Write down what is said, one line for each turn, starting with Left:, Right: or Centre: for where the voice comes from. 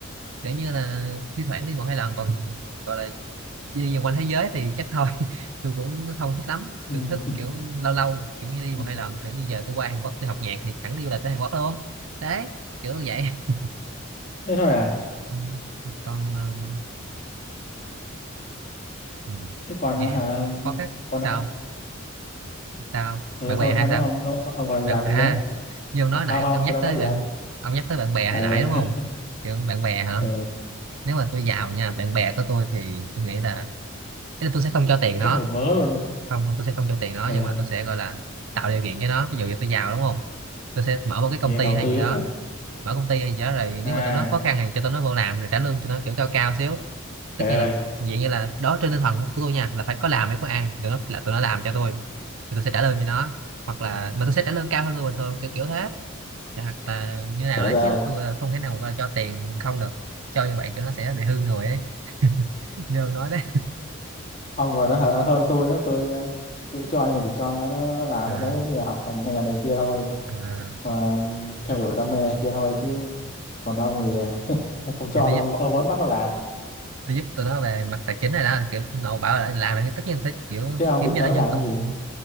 Right: kiểu như là thi thoảng đi một hai lần còn gọi là đi vòng quanh thế giới thì chắc thôi <laughs> tôi cũng không thích lắm
Left: ừ.
Right: tôi thích kiểu lâu lâu kiểu như đi
Left: <laughs>
Right: một hai lần kiểu như giờ tôi qua Hàn Quốc tôi học nhạc thì thẳng đi du lịch tới Hàn Quốc luôn đấy kiểu như vậy <laughs>
Left: thế thôi à
Right: Ừ. còn um, ừ,
Left: thế còn
Right: nghe
Left: ờ, hả
Right: có cái
Left: còn
Right: sao
Left: đã
Right: sao
Left: ừ
Right: bạn
Left: xong
Right: bè
Left: rồi
Right: hay
Left: sao nữa
Right: sao
Left: không ông, ông còn
Right: bạn
Left: làm
Right: à
Left: gì nữa
Right: như ông
Left: không
Right: nói nãy ông,
Left: không
Right: ông nhắc
Left: tôi đã nói
Right: tới
Left: gì
Right: bạn
Left: đâu
Right: ông nhắc tới bạn bè
Left: ừ
Right: hồi nãy đúng không kiểu bạn bè hả
Left: <laughs> ừ
Right: nếu mà tôi giàu nha bạn bè của tôi thì tôi nghĩ là, ý là tôi sẽ không cho tiền nó
Left: chắc một mớ luôn
Right: không không tôi sẽ không cho tiền nó
Left: ừ
Right: nhưng mà tôi sẽ gọi là tạo điều kiện cho nó ví dụ như tôi giàu đúng không tôi sẽ mở một cái công
Left: Như
Right: ty
Left: đầu
Right: hay
Left: tư
Right: gì đó
Left: hả?
Right: mở công ty hay gì đó rồi
Left: À,
Right: nếu mà tụi nó khó khăn thì cho tụi nó vô làm rồi trả lương cho nó kiểu cao cao xíu tất
Left: trời
Right: nhiên
Left: ơi,
Right: là vậy như là đó trên tinh thần của tôi nha là phải có làm mới có ăn tụi nó là tụi nó làm cho tôi thì tôi sẽ trả lương cho nó hoặc là mà tôi sẽ trả lương cao hơn người bình thường kiểu kiểu thế Dạ, hoặc là như nào
Left: trời
Right: đấy
Left: đất
Right: chứ
Left: ơi
Right: tôi ờ, không thể nào mà cho tiền không được cho như vậy thì nó sẽ bị hư người ấy như ông nói đấy
Left: ông còn nó hở hơn tôi nữa, tôi ờ, tôi cho nhưng mà chỉ cho nó, nó làm
Right: <laughs>
Left: mấy
Right: à,
Left: cái giống như là học hành hay là này kia thôi,
Right: à.
Left: mà theo đuổi đam mê này kia thôi chứ còn ông thì ờ, không, không cho
Right: thì tôi
Left: đâu, ông vẫn bắt nó làm.
Right: nó giúp tụi nó về mặt tài chính này đó kiểu nội bảo là làm thì tất nhiên sẽ kiểu
Left: Thế ông
Right: kiếm
Left: định
Right: cho
Left: cho
Right: nó những
Left: nó làm
Right: công
Left: cái gì?